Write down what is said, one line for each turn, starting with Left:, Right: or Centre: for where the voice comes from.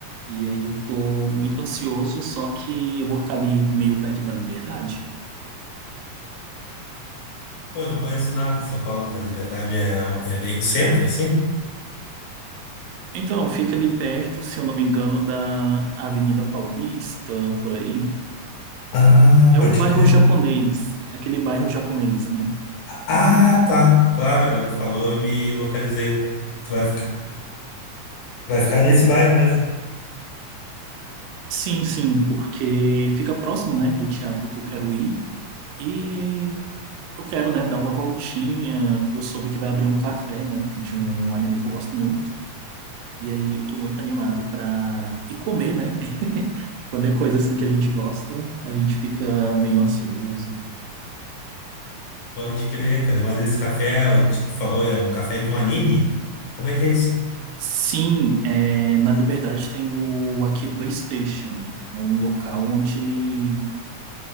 Right: E aí eu tô muito ansioso, só que eu vou ficar ali meio perto da Liberdade.
Left: Pô, eu não conheço nada de São Paulo, que a Liberdade é, é bem no centro, sim?
Right: Então, fica ali perto, se eu não me engano, da Avenida Paulista, por aí.
Left: Ah,
Right: É
Left: pode
Right: o bairro
Left: crer.
Right: japonês, é aquele bairro japonês, né?
Left: Ah, tá. Claro, agora tu falou, eu me localizei. Tu vai ficar, vai ficar nesse bairro mesmo?
Right: Sim, sim, porque fica próximo, né, do teatro que eu quero ir e eu quero, né, dar uma voltinha. Eu soube que vai abrir um café, né, de um anime que eu gosto muito. E aí eu tô muito animado pra ir comer, né? <laughs> Quando é coisa assim que a gente gosta, a gente fica meio ansioso.
Left: Pode crer, cara. Mas esse café, ó, que tu falou, é um café de um anime? Como é que é isso?
Right: Sim, é, na Liberdade tem o Akiba Station, né? É um local onde